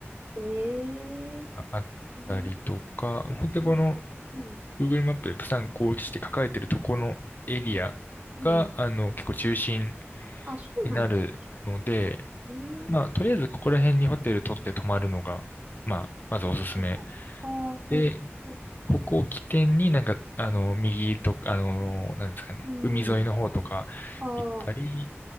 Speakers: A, on the right (about 35°); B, on the left (about 45°).
A: ええ
B: があったりとか、
A: うん、
B: 本当にこの
A: しうん、
B: Google マップでプサン広域市って書かれてるとこのエリアが、
A: うん、うん。
B: あの、結構中心
A: あ、そうなんですね。
B: になるので、
A: うーん。
B: まあ、とりあえずここら辺にホテル取って泊まるのが、まあ、まずおすすめ。
A: ほうほう。ああ、なるほど。
B: で、ここを起点になんか、あの、右とか、あの、なんですかね、
A: うん。
B: 海沿いの方とか行ったり、
A: ああ、